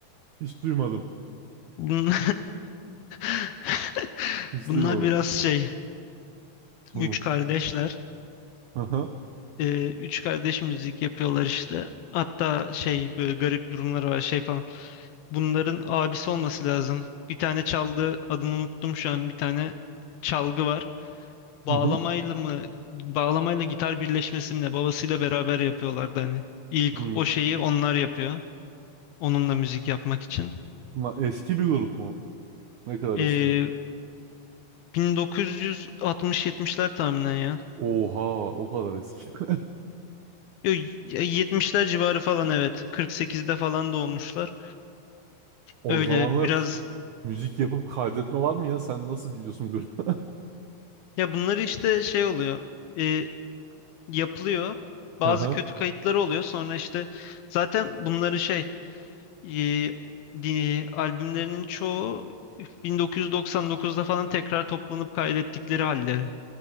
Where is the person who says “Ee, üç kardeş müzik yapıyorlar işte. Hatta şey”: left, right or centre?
Left